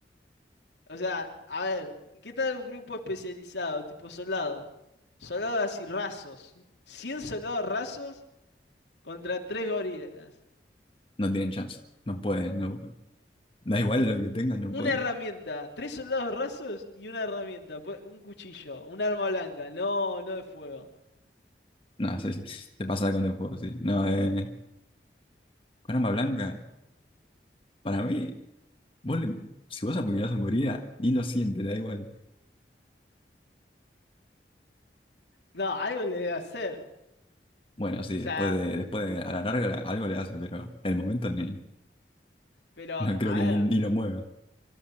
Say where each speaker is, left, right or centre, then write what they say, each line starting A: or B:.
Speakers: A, on the left; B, on the left.
A: O sea, a ver, ¿qué tal un grupo especializado, tipo soldados? Soldados así rasos. 100 soldados rasos contra 3 gorilas.
B: No tienen chance, no pueden, no, da igual lo que tengan, no
A: Una
B: pueden.
A: herramienta, tres soldados rasos y una herramienta, pues, un cuchillo, un arma blanca, no, no de fuego.
B: No, sí, sí, te pasa con el fuego, sí. No, eh, con arma blanca, para mí, vos le- si vos apuñalás a un gorila, ni lo siente, le da igual.
A: No, algo le debe hacer.
B: Bueno, sí,
A: O
B: después
A: sea,
B: de, después de, a la larga la- algo le hace, pero en el momento ni,
A: pero
B: no creo
A: a
B: que ni, ni
A: ver.
B: lo mueva.